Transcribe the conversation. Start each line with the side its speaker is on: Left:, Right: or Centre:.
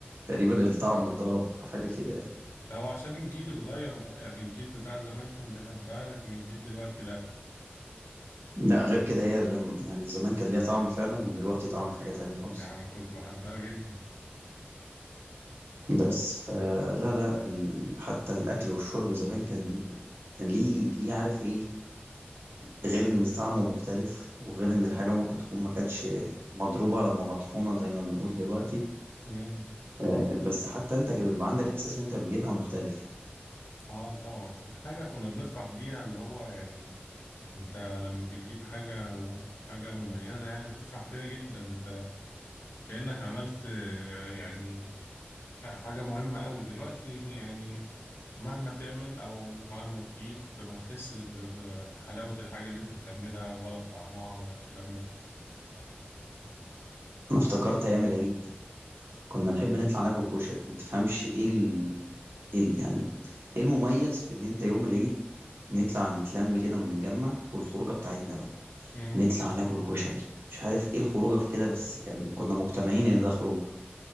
Right: تقريبا
Left: آه.
Right: الطعم اتضرب حاجه كده يعني.
Left: هو عشان الجيل اتغير بقى يعني الجيل بتاع زمان كان بيحبها لكن الجيل دلوقتي لا
Right: لأ غير كده هي لم يعني زمان كان ليها طعم فعلًا، ودلوقتي طعم حاجة تانية خالص،
Left: يعني انا كنت بحبها جدا
Right: بس فلا، لأ لا، ال حتى الأكل والشرب زمان كان كان ليه ليه عارف إيه، غير إن طعمه مختلف، وغير إن الحاجة ممكن تكون ما كانتش مضروبة لمّا مطحونة زي ما بنقول دلوقتي،
Left: امم
Right: آآ، بس حتى أنت كان بيبقى عندك إحساس وأنت بتجيبها مختلف،
Left: اه طبعا حاجة كنا بنفرح بيها اللي هو يعني انت لما بتجيب حاجة وحاجة مميزة يعني تفرح بيها جدا انت كأنك عملت آه، يعني حاجة مهمة قوي دلوقتي يعني مهما تعمل او مهما تجيب ما تحسش ب- ب- بحلاوة الحاجة اللي انت بتعملها ولا بطعمها ولا الكلام ده
Right: أنا افتكرت أيام العيد كنا نحب نطلع ناكل كشري ما تفهمش ايه ال... ايه ال... يعني ايه المميز في ان انت يوم العيد نطلع نتلم كده ونتجمع والخروجه بتاعتنا بقى
Left: امم
Right: نطلع ناكل كشري مش عارف ايه الخروجه في كده بس كان كنا مقتنعين ان ده خروج